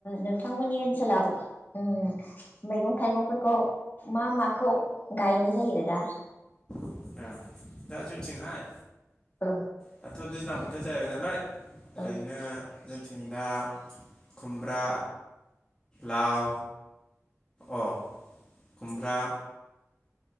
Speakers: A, on the left (about 35°); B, on the left (about 15°).
A: नोंथांमोननि ओनसोलाव उम मैगं थाइगंफोरखौ मा माखौ गायनाय जायो दा? <inaudible>
B: ओ दा जोंनिथिंहाय
A: औ
B: दाथ' दैज्लां बोथोर जाहैबाय नालाय ओरैनो
A: औ
B: जोंथिं दा खुमब्रा लाव अ खुमब्रा